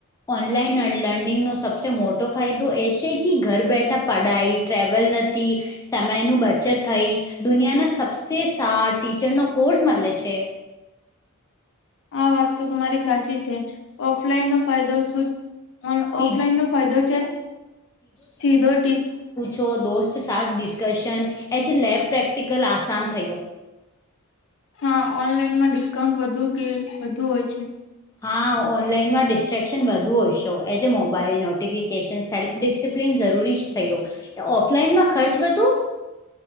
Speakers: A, on the left; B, on the left.
A: ઓનલાઈન લર્નિંગનો સબથી મોટો ફાયદો એ છે કે ઘર બેઠા પઢાય. ટ્રેવલ નથી. સમયનું બચત થઈ, દુનિયાના સબસે સારા ટીચરનો કોર્સ મળે છે.
B: આ વાત તો તમારી સાચી છે. ઓફલાઈન નો ફાયદો શું?
A: સીધ
B: ઓફલાઈન નો ફાયદો છે, સીધો ટ
A: છો દોસ્ત, સાથ, ડિસ્કશન, એ જે લેબ પ્રેક્ટિકલ આસાન થયો.
B: હા, ઓનલાઈનમાં ડિસ્કાઉન્ટ વધુ કે વધુ હોય છે.
A: હા, ઓનલાઈનમાં ડિસ્ટ્રેક્શન વધુ હશો, એ જ મોબાઈલ નોટિફિકેશન્સ. સેલ્ફ ડિસિપ્લિન જરૂરી જ થયો. એ, ઓફલાઈનમાં ખર્ચ વધુ